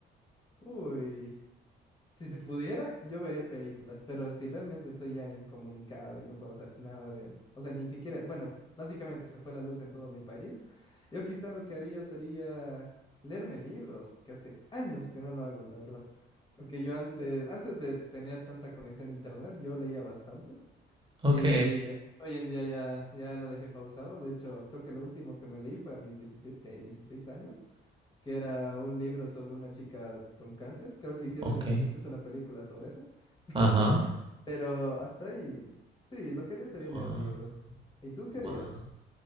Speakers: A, on the left; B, on the right.
A: Uy. Si se pudiera, yo vería películas, pero si realmente estoy ya incomunicado y no puedo hacer nada de, o sea, ni siquiera, bueno, básicamente se fue la luz en todo mi país, yo quizá lo que haría sería leerme libros, que hace años que no lo hago, la verdad. Porque yo antes, antes de tener tanta conexión a internet, yo leía bastante.
B: Ok,
A: Y hoy en día ya, ya lo dejé pausado. De hecho, creo que lo último que me leí fue a mis 17 16 años, que era un libro sobre una chica con cáncer. Creo que hicieron
B: ok.
A: in- incluso una película sobre eso. <laughs>
B: Ajá.
A: Pero hasta ahí, sí, lo que haría sería
B: Guau,
A: leer libros. ¿Y tú querías?
B: guau.